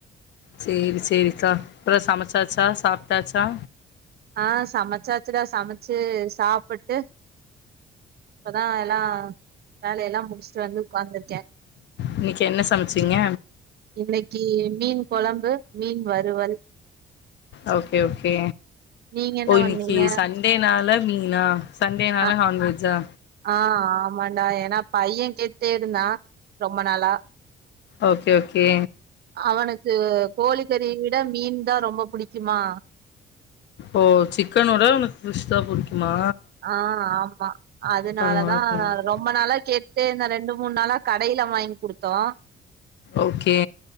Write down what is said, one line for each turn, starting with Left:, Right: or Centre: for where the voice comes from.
Left: சேரி சேரிக்கா அப்றோ சமைச்சாச்சா சாப்ட்டாச்சா?
Right: ஆ சமைச்சாச்சுடா சமைச்சு சாப்புட்டு இப்பதா எல்லா வேலையெல்லா முடிச்சுட்டு வந்து உக்காந்திருக்கே.
Left: இன்னிக்கு என்ன சமைச்சீங்க?
Right: இன்னிக்கி மீன் கொழம்பு மீன் வறுவல்.
Left: ஓகே ஓகே
Right: நீங்க என்ன
Left: ஒ இன்னிக்கி
Right: பண்ணீங்க
Left: சண் டேனால மீனா சண்டேனால
Right: ஆ
Left: நான்வெஜ்ஜா?
Right: ஆ ஆமாண்டா ஏனா பைய கேட்டேருந்தா ரொம்ப நாளா
Left: ஓகே ஓகே.
Right: அவனுக்கு கோழிக்கறிய விட மீன்தா ரொம்ப புடிக்குமா
Left: ஓ சிக்கன விட அவனுக் பிஷ்தா புடிக்குமா?
Right: ஆ ஆமா அதுனாலதா
Left: பரவால்ல பரவால்ல
Right: ரொம்ப நாளா கேட்டேருந்தா ரெண்டு மூன் நாளா கடையில வாய்ங் குடுத்தோ.
Left: ஓகே.